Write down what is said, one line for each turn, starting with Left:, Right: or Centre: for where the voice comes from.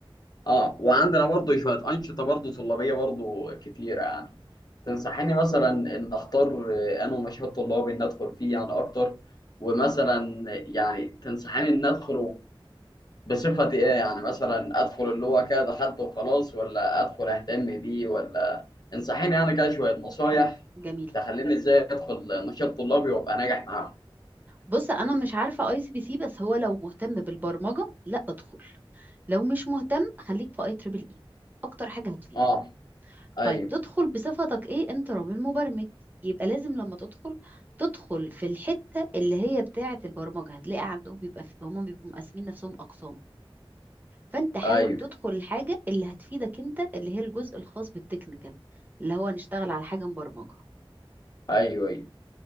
Left: اه وعندنا برضو شوية أنشطة برضو طلابية برضو كتيرة يعني تنصحيني مثلا ان اختار آه، انه نشاط طلابي ان ادخل فيه يعني اكتر ومثلا يعني تنصحيني ان ادخل بصفة ايه يعني مثلا ادخل اللي هو كده دخلته وخلاص ولا ادخل اهتم بيه ولا انصحيني يعني كده شوية نصايح
Right: حلو جميل
Left: تخليني ازاي ادخل نشاط طلابي وابقى ناجح معاهم
Right: بص انا مش عارفه اي سي بي سي بس هو لو مهتم بالبرمجه لا ادخل لو مش مهتم خليك في اي تريبل اي اكتر حاجه هتفيدك
Left: اه ايوه
Right: طيب تدخل بصفتك ايه انت راجل مبرمج يبقى لازم لما تدخل تدخل في الحته اللي هي بتاعه البرمجه هتلاقي عندهم بيبقى في هم بيبقوا مقسمين نفسهم اقسام فانت حاول
Left: ايوه
Right: تدخل الحاجه اللي هتفيدك انت اللي هي الجزء الخاص بالتكنيكال اللي هو نشتغل على حاجه مبرمجه
Left: ايوه ايوه